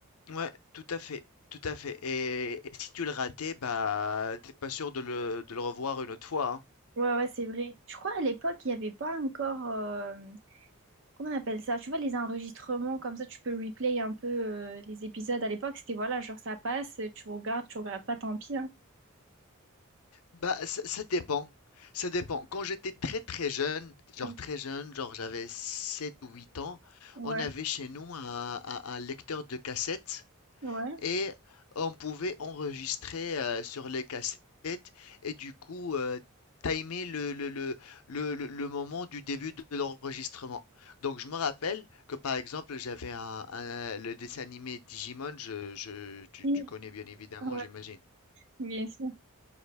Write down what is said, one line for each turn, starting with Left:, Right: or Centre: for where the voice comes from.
Left: ouais, tout à fait, tout à fait et et si tu le ratais, bah, t'es pas sûr de le de le revoir une autre fois, hein.
Right: Ouais, ouais, c'est vrai. Je crois à l'époque, il n'y avait pas encore. euh, Comment on appelle ça? Tu vois, les enregistrements, comme ça, tu peux replay un peu euh, les épisodes. À l'époque, c'était voilà, genre ça passe, tu regardes, tu regardes pas, tant pis. hein.
Left: Bah, ça ça dépend, ça dépend. Quand j'étais très, très jeune, genre
Right: Mm.
Left: très jeune, genre j'avais 7 ou 8 ans,
Right: Ouais,
Left: on avait chez nous un un un lecteur de cassettes
Right: ouais.
Left: et on pouvait enregistrer euh, sur les cassettes et du coup euh, timer le, le, le, le, le- le moment du début de l'enregistrement. Donc je me rappelle que par exemple j'avais un, un- le dessin animé Digimon, je, je- tu,
Right: Oui,
Left: tu connais bien évidemment,
Right: ouais,
Left: j'imagine.
Right: bien sûr.